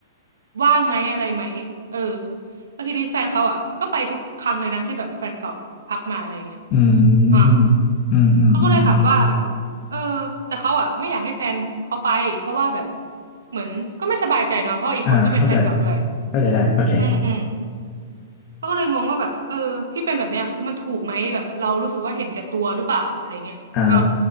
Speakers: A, on the right; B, on the left.
A: ว่างไหมอะไรไหมเออแล้วทีนี้แฟนเขาอ่ะก็ไปทุกครั้งเลยนะที่แบบแฟนเก่าทักมาอะไรเงี้ย
B: อื
A: อ่ะ
B: มอืมอืมอืมอืม
A: เขาก็เลยถามว่าแบบเออแต่เขาอ่ะไม่อยากให้แฟนเขาไปเพราะว่าแบบเหมือนก็ไม่สบายใจเนาะเพราะอีกคนก็เป็นแฟนเก่าด้วย
B: อ่าเข้าใจเข้าใจได้โอเค
A: อืมอืมเขาก็เลยงงว่าแบบเออที่เป็นแบบเนี้ยคือมันถูกไหมแบบเรารู้สึกว่าเห็นแก่ตัวหรือเปล่าอะไรเงี้ยอ่า
B: อ่า